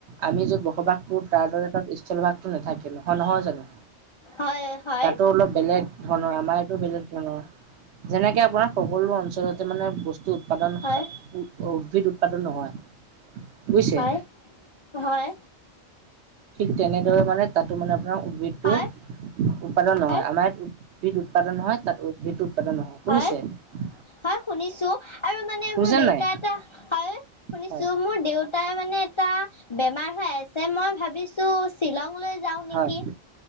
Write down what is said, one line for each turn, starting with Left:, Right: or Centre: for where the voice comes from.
Right: আমি যত বসবাস কৰো, তাৰ দৰে তাত স্থলভাগতটো নাথাকে। হয়, নহয় জানো?
Left: হয় হয়
Right: তাতো অলপ বেলেগ। ধৰণৰ আমাৰ এইটো বেলেগ ধৰণৰ। যেনেকে আপোনাৰ সকলো অঞ্চলতে মানে বস্তু। উৎপাদান
Left: হয়
Right: উদ্ভিদ উৎপাদন নহয়। বুজিছে
Left: হয় হয়।
Right: ঠিক তেনেদৰে মানে তাতো মানে আপোনাৰ উদ্ভিদটো
Left: হয়
Right: উৎপাদন নহয়।
Left: হয়
Right: আমাৰ ইয়াত উদ্ভিদ উৎপাদন হয়, তাত উদ্ভিদ উৎপাদন নহয়।
Left: হয়
Right: শুনিছে?
Left: হয় শুনিছো। আৰু মানে
Right: শুনিছে
Left: মোৰ দেউতা
Right: নাই
Left: এটা হল শুনিছো,
Right: হয়
Left: মোৰ দেউতাই মানে। টা বেমাৰ হৈ আছে। মই ভাবিছো শ্বিলং লৈ যাও নেকি?
Right: হয়